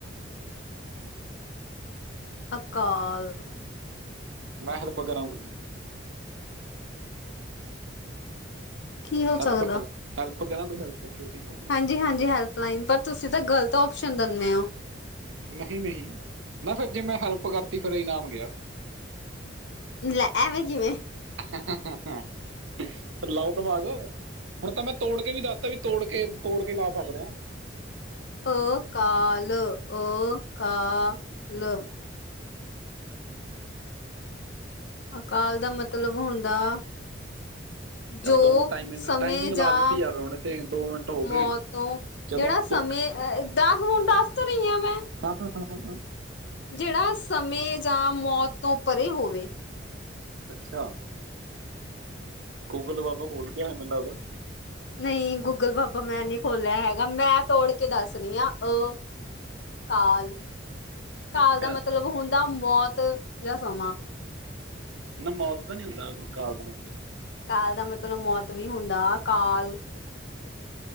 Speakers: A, on the left; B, on the right.
A: ਅਕਾਲ।
B: ਮੈਂ ਹੈਲਪ ਕਰਾਂ ਕੋਈ?
A: ਕੀ ਹੋ
B: ਹੈਲਪ
A: ਸਕਦਾ
B: -ਹੈਲਪ-ਹੈਲਪ ਕਰਾ ਕੋਈ ਹੈਲਪ ਛੋਟੀ -ਮੋਟੀ।
A: ਹਾਂਜੀ -ਹਾਂਜੀ, ਹੈਲਪਲਾਈਨ ਪਰ ਤੁਸੀਂ ਤਾਂ ਗ਼ਲਤ ਓਪਸ਼ਨ ਦੰਨੇ ਓ।
B: ਨਹੀਂ- ਨਹੀਂ, ਨਾ ਫੇਰ ਜੇ ਮੈਂ ਹੈਲਪ ਕਰਤੀ ਫੇਰ ਇਨਾਮ ਗਿਆ।
A: ਲੈ! ਐਵੇ ਕਿਵੇਂ।
B: ਹਾਂ <unintelligible> ਫਿਰ ਲਾਓ ਦਿਮਾਗ, ਹੁਣ ਤਾਂ ਮੈਂ ਤੋੜ ਕੇ ਵੀ ਦੱਸਤਾ ਵੀ ਤੋੜ ਕੇ ਤੋੜ ਕੇ ਲਾ ਸਕਦੇ ਆ।
A: ਅ -ਕਾ-ਲ, ਅ -ਕਾ-ਲ ਅਕਾਲ ਦਾ ਮਤਲਬ ਹੁੰਦਾ-
B: ਚਲ
A: ਜੋ
B: ਤੁਹਾਨੂੰ ਟਾਈਮਿੰਗ
A: ਸਮੇ
B: ਟਾਈਮਿੰਗ ਲਾ
A: ਜਾਂ
B: ਦਿੱਤੀ ਯਾਰ ਹੁਣ ਤੇ ਮਿੰਟ ਹੋ
A: ਮੌਤ
B: ਗਏ
A: ਤੋਂ-
B: ਚਲੋ
A: ਜਿਹੜਾ ਸਮੇ
B: ਇੱਕ
A: ਦਾਂ ਹੁਣ ਦੱਸ ਤਾਂ ਰਹੀ ਆ ਮੈਂ।
B: ਹਾਂ ਹਾਂ ਹ ਹ <unintelligible>
A: ਜਿਹੜਾ ਸਮੇ ਜਾਂ ਮੌਤ ਤੋਂ ਪਰੇ ਹੋਵੇ।
B: ਅੱਛਾ। ਗੂਗਲ ਬਾਬਾ ਖੁਲ ਗਿਆ ਏ ਮੈਨੂੰ ਲਗਦਾ।
A: ਨਹੀਂ ਗੂਗਲ ਬਾਬਾ ਮੈਂ ਨੀ ਖੋਲਿਆ ਹੈਗਾ, ਮੈਂ ਤੋੜ ਕੇ ਦੱਸ ਰਹੀ ਆਂ। ਅ ਕਾਲ, ਕਾਲ
B: ਅੱਛਾ
A: ਦਾ ਮਤਲਬ ਹੁੰਦਾ ਮੌਤ ਯਾਂ ਸਮਾਂ।
B: ਨਾ ਮੌਤ ਤਾਂ ਨੀ ਹੁੰਦਾ ਕਾਲ ਦਾ ਮਤਲਬ।
A: ਕਾਲ ਦਾ ਮਤਲਬ ਮੌਤ ਵੀ ਹੁੰਦਾ, ਕਾਲ।